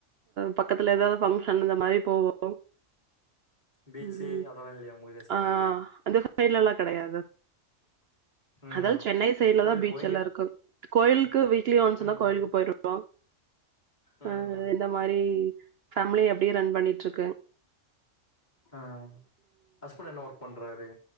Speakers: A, on the right (about 60°); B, on the left (about 35°).
A: பக்கத்துல ஏதாவது பங்க்ஷன் இந்த மாதிரி போவோம்
B: பீச்சு
A: உம்
B: அதெல்லா இல்லையா உங்க ஏரியா சைட்ல
A: ஆஹ் அந்த சைடலல்லா கிடையாது
B: ம்
A: அதா சென்னை சைட்ல
B: கோயில்
A: தான் பீச்ச
B: போவீங்க
A: எல்லாம் இருக்கும் கோயிலுக்கு வீக் க்லி ஒன்ஸ்
B: ம்
A: தா கோயிலுக்கு போயிருவோம்
B: ம்
A: ஆஹ்
B: ம் ம்
A: இந்த மாரி ஃபேமிலி அப்படியே ரன் பண்ணிட்டு இருக்கேன்
B: ஆ ஹஸ்பண்ட என்ன ஒர்க் பண்றாரு